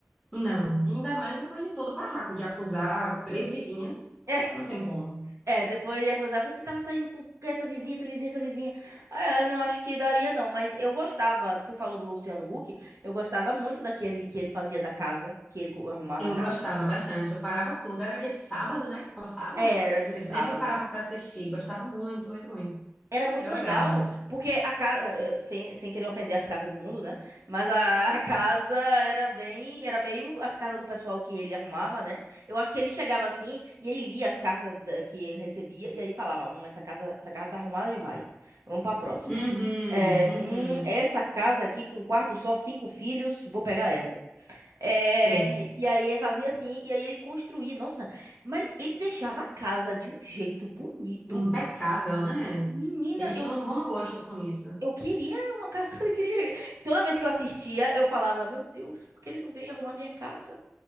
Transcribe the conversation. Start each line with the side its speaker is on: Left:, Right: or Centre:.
Centre: Não, ainda mais depois de todo o barraco de acusar três vizinhas.
Right: É,
Centre: Não tem como.
Right: é, depois de acusar, você tava saindo com essa vizinha, essa vizinha, essa vizinha. É, eu não acho que daria não, mas eu gostava, tu falou do Luciano Huck, eu gostava muito daquele que ele fazia da casa, que ele co- arrumava
Centre: Eu
Right: a casa.
Centre: gostava bastante, eu parava tudo. Era dia de sábado, né, que passava.
Right: É, era dia
Centre: Eu
Right: de sábado.
Centre: sempre parava pra assistir, gostava muito, muito, muito.
Right: Era muito
Centre: Era legal.
Right: legal, porque a casa, sem, sem querer ofender as casas do mundo, né? Mas a, <laughs> a casa era bem, era meio as casas do pessoal que ele arrumava, né? Eu acho que ele chegava assim e aí lia as cartas da- que recebia e aí falava, hum, essa casa, essa casa tá arrumada demais. Vamos pra próxima.
Centre: Uhum,
Right: É,
Centre: uhum.
Right: hum, essa casa aqui com um quarto só, cinco filhos, vou pegar essa. É,
Centre: É,
Right: e, e aí ele fazia assim, e aí ele construía, nossa, mas ele deixava a casa de um jeito bonito.
Centre: impecável, né?
Right: Menina,
Centre: Eles
Right: eu
Centre: tinham um bom gosto com isso.
Right: eu queria uma casa, <laughs> eu queria... Toda vez que eu assistia, eu falava, meu Deus, por que ele não vem arrumar minha casa?